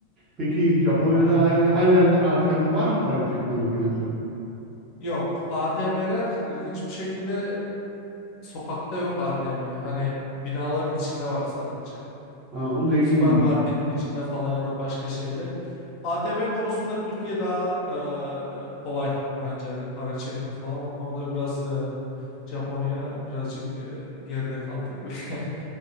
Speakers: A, on the right; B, on the left.
A: Peki Japonya'da
B: Ha.
A: her, her yerde ATM var mı para çekme makinesi?
B: Yok. ATM'ler ilginç bir şekilde sokakta yok ATM. Hani binaların içinde var sadece.
A: Ha, o da iyiymiş.
B: Süpermarketin içinde falan ya da başka şeyde. ATM konusunda Türkiye daha e, kolay bence hani para çekme falan. O konuda biraz e, Japonya birazcık e, geride kaldı gibi. <laughs>